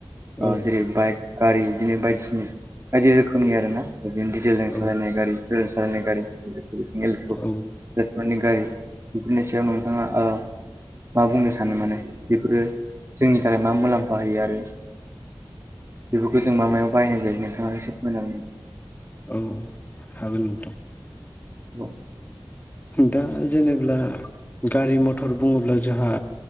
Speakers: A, on the right; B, on the left.
A: ओ
B: औ
A: जेरै बाइक गारि बिदिनो बायदिसिना बायदि रोखोमनि आरो ना बिदि जेलजों
B: औ
A: सालायनाय गारि जेलजों सालायनाय गारि हेलेकप थारफोरनि
B: औ
A: गारि बेफोरनि सायाव नोंथाङा ओ मा बुंनो सानो माने बेफोरो जोंनि थाखाय मा मुलाम्फा होयो आरो बेफोरखौ जों मा मायाव बाहायनाय जायो नोंथाङा एसे फोरमायनो हागोन नामा
B: औ हागोन नोंथां
A: औ
B: दा जेनेब्ला गारि मथर बुङोब्ला जोंहा